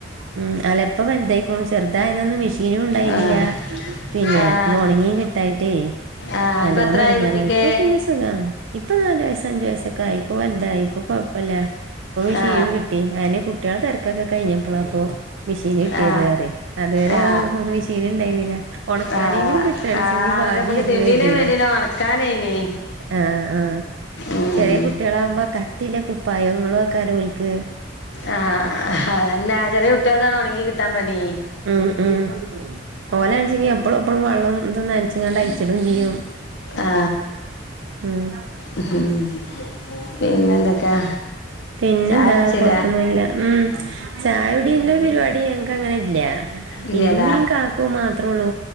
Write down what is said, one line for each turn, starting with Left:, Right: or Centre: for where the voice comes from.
Right: ഉം അല്ലപ്പ വൽതായിക്ക്ണു ചെറുതായന്നന്ന് മിഷീനും യിന്നിലാ
Left: ആ ഉണ്ടായിരുന്നില്ല
Right: പിന്നെ
Left: ആ
Right: ത് ഒണങ്ങി കിട്ടായിട്ടേയ്
Left: ആ
Right: നല്ലോണം
Left: ഇപ്പം എത്രയായി
Right: എടങ്ങാറായ്
Left: കുട്ടിക്ക്
Right: ഇപ്പ പിന്നെ സുഖം ഇപ്പൊ നാല് വയസ്സ് അഞ്ചു വയസ്സോക്കേ ആയി ഇപ്പൊ വൽതായി ഇപ്പൊ കൊ കുഴപ്പല്ല, പ്പൊ മിഷ്യിനും
Left: ആ
Right: കിട്ടി അയന്നെ കുട്ടീളെ തെരക്കൊക്കെ കയിഞ്ഞപ്പള പ്പൊ മെഷീന് കിട്ടീയത്
Left: ആ
Right: പറയ് അതുവരെ
Left: ആ
Right: മെഷീന് ണ്ടായിന്നില്ല. ഒണക്കാനെങ്കിലും
Left: ആ
Right: കിട്ടാൻചെൻങ്കി
Left: ആ
Right: ഭാഗ്യായേര്ന്നു
Left: അത് നമുക്ക് തിരുമ്പിയിലേ
Right: കെര്തീന്നു.
Left: വേണ്ടിയില്ല ഉണക്കാനേനി
Right: ആഹ് ആഹ്.
Left: ഉം.
Right: ചെറിയേ കുട്ടീളാവുമ്പോ കട്ടില്ലെ കുപ്പായോങ്ങളു ആക്കാരം ഓൽക്ക്.
Left: ആഹ് അതന്നെ ചെറിയേ കുട്ടിയോൾതാണ് ഒണങ്ങി കിട്ടാൻ പണീ.
Right: ഉം ഉം ഓലാൻച്ചെങ്കി എപ്പള പ്പളും വള്ളം തും ന്നൻച്ങ്ങാണ്ട് അയ്ച്ചിടും ചെയ്യും.
Left: ആ
Right: ഉം
Left: ഉം. പിന്നെന്തൊക്കെയാ
Right: പിന്നെന്താ
Left: ചായ അടിച്ചില്ല
Right: കൊഴപ്പൊന്നുല്ല ഉം ചായ കു പിന്നെ പരിപാടി ഞങ്ങക്ക അങ്ങനെ ഇല്ല,
Left: ഇല്ലല്ലേ
Right: ഇമ്മയിം കാക്കും മാത്രള്ളൂ